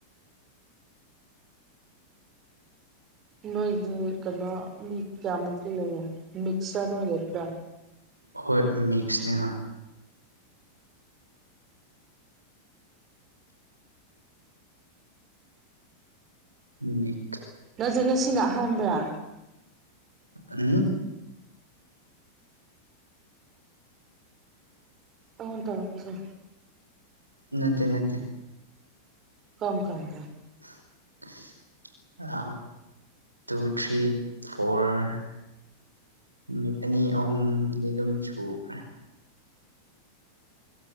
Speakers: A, on the right; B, on the right.
A: ꯅꯣꯏꯗꯤ ꯀꯩꯅꯣ ꯃꯤ ꯀꯌꯥꯃꯨꯛꯇꯤ ꯂꯩꯔꯦ ꯃꯤꯛꯁꯇ ꯅꯣꯏꯒꯦ ꯑꯗꯨꯗ
B: ꯍꯣꯏ ꯃꯤꯛꯁꯅꯦ ꯍꯣꯏ ꯎꯝ
A: ꯅꯪꯖꯅ ꯁꯤꯅꯍꯥꯟꯕꯕ꯭ꯔꯥ
B: ꯎꯝ
A: ꯇꯟ ꯇ ꯄꯨꯁ
B: ꯅ ꯅ
A: ꯀꯝ ꯀ ꯀ
B: <inaudible> ꯑ ꯇꯨ ꯊ꯭ꯔꯤ ꯐꯣꯔ ꯅꯨꯃꯤꯠ ꯑꯅꯤ ꯑꯍꯨꯝꯗꯤ ꯑꯗꯨꯝ ꯁꯨꯈ꯭ꯔꯦ